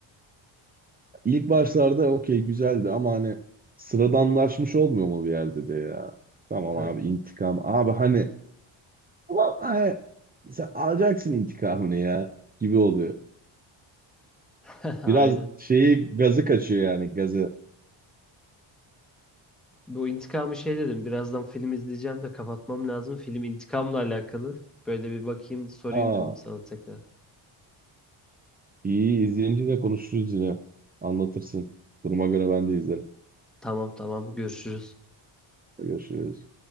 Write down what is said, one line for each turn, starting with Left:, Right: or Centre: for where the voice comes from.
Right: ilk başlarda okey güzeldi ama hani sıradanlaşmış olmuyor mu bir yerde de ya? Tamam
Centre: Evet.
Right: abi intikam. Abi hani ulan hani sen alacaksın intikamını ya gibi oluyor.
Centre: <laughs> Aynen.
Right: Biraz şeyi gazı kaçıyor yani gazı.
Centre: Bu intikamı şey dedim. Birazdan film izleyeceğim de kapatmam lazım. Film intikamla alakalı. Böyle bir bakayım, sorayım
Right: Aa
Centre: dedim sana tekrar.
Right: iyi izleyince de konuşuruz yine. Anlatırsın. Duruma göre ben de izlerim.
Centre: Tamam tamam. Görüşürüz.
Right: Görüşürüz.